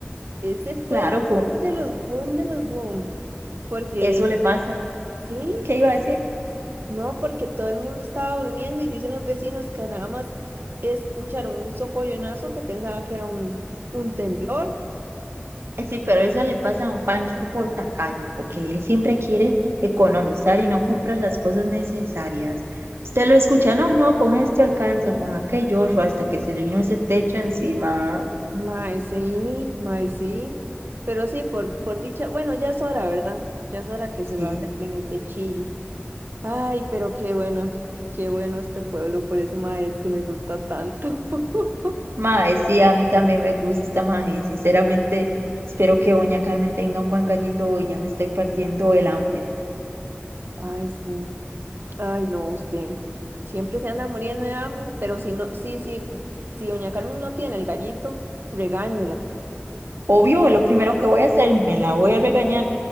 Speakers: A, on the right; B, on the right.
A: Ese fue
B: claro,
A: el
B: fue,
A: boom de los boom de los boom. Porque,
B: eso le pasa.
A: sí.
B: ¿Qué iba a decir?
A: No, porque todo el mundo estaba durmiendo y dicen los vecinos que nada más escucharon un socollonazo que pensaban que era un, un temblor.
B: Sí, pero eso le pasa a un Pancho por tacaño, porque él siempre quiere economizar y no compra las cosas necesarias. Usted lo escucha, no, no, con este alcanza, con aquello, otro", hasta que se le vino ese techo encima.
A: Mae, sí, mae, sí. Pero sí, por, por dicha, bueno, ya es hora, ¿verdad? Ya es hora que se
B: Sí,
A: lo arreglen el techillo. Ay, pero qué bueno, qué bueno este pueblo, por eso, mae, es que me gusta tanto. <laughs>
B: mae, sí, a mí también me gusta, mae. Sinceramente, espero que doña Carmen tenga un buen gallito hoy, ya me estoy partiendo el hambre.
A: Ay, sí. Ay, no, usted siempre se anda muriendo de hambre, pero si no, sí, sí, si doña Carmen no tiene el gallito, regáñela.
B: Obvio, lo primero que voy a hacer, me la voy a regañar.